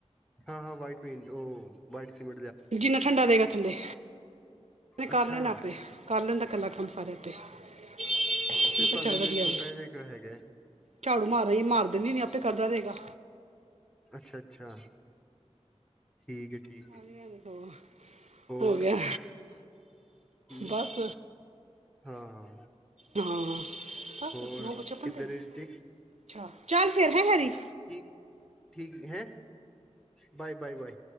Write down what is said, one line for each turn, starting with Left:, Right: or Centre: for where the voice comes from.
Centre: ਹਾਂ-ਹਾਂ ਵਾਈਟ ਪੇਂਟ, ਉਹ ਬਾਈਟ ਸਮ
Right: ਜਿੰਨਾ ਠੰਡਾ ਰਹੇਗਾ ਥੱਲੇ,
Centre: ਅੱਛਾ
Right: ਕਰ ਲੈਣਾ ਆਪੇ ਕਰ ਲੈਂਦਾ ਇਕੱਲਾ ਕੰਮ ਸਾਰੇੇ ਆਪੇ। ਮੈਂ
Centre: ਤੇ
Right: ਕਿਹਾ
Centre: ਤੁਹਾਡੇ
Right: ਚੱਲ
Centre: ਨਾਲ
Right: ਵਧੀਆ
Centre: ਛੋਟਾ
Right: ਵ
Centre: ਜਿਹਾ ਇੱਕ ਹੈਗਾ
Right: ਝਾੜੂ ਮਾਰਾ ਹੀ ਮਾਰ ਦਿੰਦੀ ਨੀ ਆਪੇ ਕਰਦਾ ਰਹੇਗਾ।
Centre: ਅੱਛਾ-ਅੱਛਾ, ਠੀਕ ਹੈ। ਠੀਕ ਹੈ
Right: ਅਜ ਸ <unintelligible>
Centre: ਹੋਰ
Right: ਹੋ ਗਿਆ।
Centre: ਹੂੰ
Right: ਬਸ
Centre: ਹਾਂ
Right: ਹਾਂ। ਬਸ
Centre: ਹੋਰ
Right: ਨੌ ਛਪਣ
Centre: ਕਿੱਧਰ
Right: ਤੇ,
Centre: ਠੀਕ
Right: ਅੱਛਾ ਚੱਲ ਫੇਰ ਹੈ ਹੈਰੀ।
Centre: ਠੀਕ, ਠੀਕ ਹੈਂ ਬਾਏ -ਬਾਏ -ਬਾਏ।